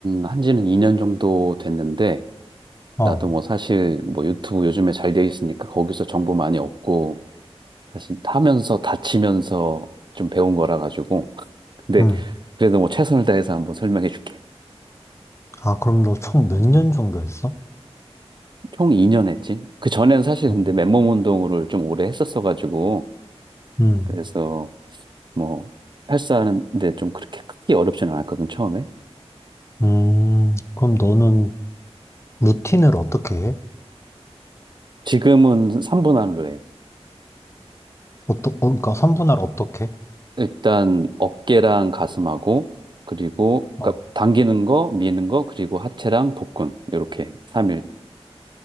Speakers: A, on the right; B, on the left.
A: 한지는 2년 정도 됐는데,
B: 어,
A: 나도 뭐 사실 뭐 유튜브 요즘에 잘 돼 있으니까 거기서 정보 많이 얻고, 사실 하면서 다치면서 좀 배운 거라 가지고. <laughs> 근데
B: 음.
A: 그래도 뭐 최선을 다해서 한번 설명해 줄게.
B: 아, 그럼 너 총 몇 년 정도 했어?
A: 총 2년 했지? 그 전에는 사실
B: 어,
A: 근데 맨몸 운동을 좀 오래 했었어 가지고,
B: 음,
A: 그래서 뭐 헬스하는데 좀 그렇게 크게 어렵지는 않았거든, 처음에.
B: 음, 그럼 너는 루틴을 어떻게 해?
A: 지금은 3분 할로 해.
B: 어떠, 어, 그러니까 삼분할 어떻게 해?
A: 일단 어깨랑 가슴하고 그리고
B: 어,
A: 그러니까 당기는 거, 미는 거, 그리고 하체랑 복근 이렇게 삼일